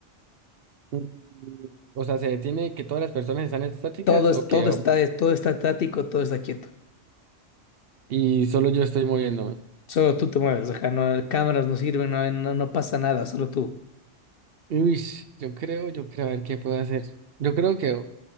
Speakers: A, on the right; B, on the left.
A: Mm, O sea, ¿se detiene que todas las personas están estáticas
B: Todo, es-
A: o que
B: todo
A: o-
B: está, todo está estático, todo está quieto.
A: y solo yo estoy moviéndome?
B: Solo tú te mueves, o sea, no, cámaras no sirven, no, no, no pasa nada, solo tú.
A: Uy, yo creo, yo creo, a ver qué puedo hacer. Yo creo que,